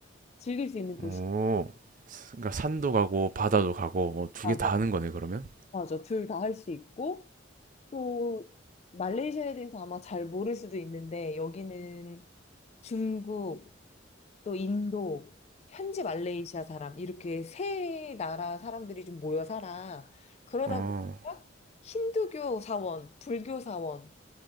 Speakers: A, on the left; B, on the right.
A: 즐길 수 있는 곳이
B: 오,
A: 있어.
B: 그러니까 산도 가고 바다도 가고 어, 두개
A: 맞아,
B: 다 하는 거네 그러면?
A: 맞아. 둘 다 할 수 있고 또 말레이시아에 대해서 아마 잘 모를 수도 있는데 여기는 중국 또 인도 현지 말레이시아 사람 이렇게 세 나라 사람들이 좀 모여 살아. 그러다
B: 어,
A: 보니까 힌두교 사원, 불교 사원